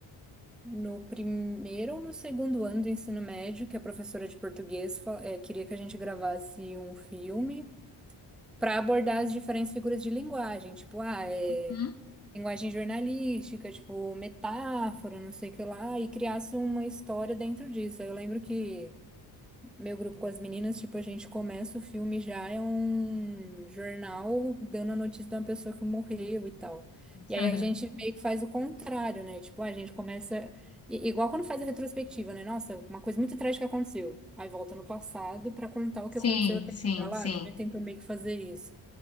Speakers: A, in the centre; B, on the left (about 30°).
A: no primeiro ou no segundo ano do ensino médio, que a professora de português, fa- eh, queria que a gente gravasse um filme para abordar as diferentes figuras de linguagem, tipo, ah, é,
B: Hum?
A: linguagem jornalística, tipo, metáfora, não sei o que lá, e criasse uma história dentro disso. Aí eu lembro que. meu grupo com as meninas, tipo, a gente começa o filme já é um jornal dando a notícia de uma pessoa que morreu e tal.
B: <laughs>
A: E aí a gente meio que faz o contrário, né? Tipo, a gente começa. i- Igual quando faz a retrospectiva, né? Nossa, uma coisa muito trágica aconteceu. Aí volta no passado pra contar o
B: Sim,
A: que aconteceu até
B: sim,
A: chegar lá.
B: sim,
A: Também tentou meio que fazer isso.